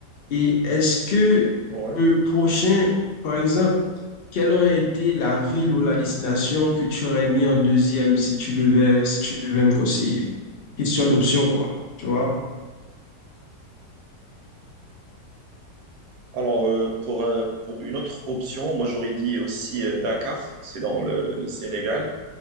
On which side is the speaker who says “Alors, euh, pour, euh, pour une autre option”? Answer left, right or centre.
Right